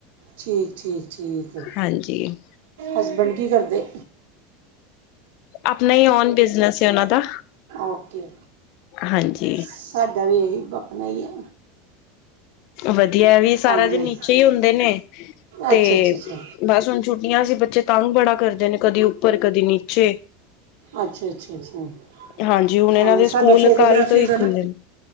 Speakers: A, on the right; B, on the left.
A: ਠੀਕ -ਠੀਕ- ਠੀਕ, ਆ
B: ਹਾਂਜੀ
A: ਹਸਬੈਂਡ ਕੀ ਕਰਦੇ?
B: ਆਪਣਾ ਈ ਓਨ ਬਿਜਨਸ ਏ ਓਨਾ ਦਾ।
A: ਓਕੇ
B: ਹਾਂਜੀ
A: ਸਾਡਾ ਵੀ ਏਹੀ ਆਪਣਾ ਈ ਆ।
B: ਵਧੀਆ, ਵੀ ਸਾਰਾ
A: ਹਾਂਜੀ
B: ਦਿਨ ਨੀਚੇ ਈ ਹੁੰਦੇ ਨੇ ਤੇ
A: ਅੱਛਾ ਅੱਛਾ ਅੱਛਾ
B: ਬਸ ਹੁਣ ਛੁੱਟੀਆਂ ਸੀ, ਬੱਚੇ ਤੰਗ ਬੜਾ ਕਰਦੇ ਨੇ, ਕਦੀ ਉੱਪਰ ਕਦੀ ਨੀਚੇ।
A: ਅੱਛਾ -ਅੱਛਾ -ਅੱਛਾ।
B: ਹਾਂਜੀ, ਹੁਣ ਏਨਾਂ
A: ਹਾਂ
B: ਦੇ
A: ਸਾਡਾ
B: ਸਕੂਲ
A: ਫੋਟੋਗ੍ਰਾਫੀ
B: ਕੱਲ੍ਹ ਤੋਂ ਹੀ
A: ਦਾ
B: ਖੁੱਲ੍ਹੇ
A: ਨਾ
B: ਨੇ।